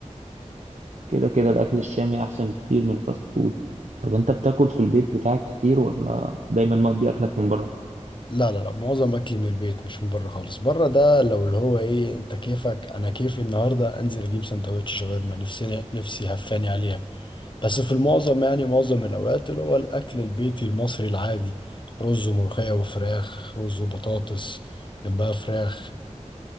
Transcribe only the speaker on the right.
كده كده الأكل الشامي أحسن بكتير من الفاست فود طب أنت بتاكل في البيت بتاعك كتير ولا دايما مقضي أكلك من بره؟